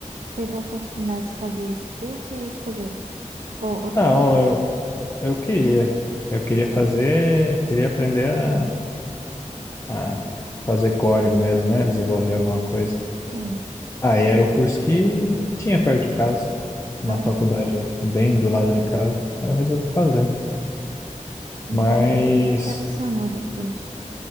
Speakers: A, on the right; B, on the left.
A: teve a oportunidade de fazer esse curso e aí escolheu? Ou, ou tu
B: Não,
A: queria?
B: eu, eu queria. Eu queria fazer, queria aprender a, a fazer código mesmo, né? Desenvolver alguma coisa.
A: Sim.
B: Aí era o curso que tinha perto de casa, na
A: Ah,
B: faculdade, bem do lado de casa. Aí eu resolvi fazer.
A: então
B: Mas.
A: tu se decepcionou depois.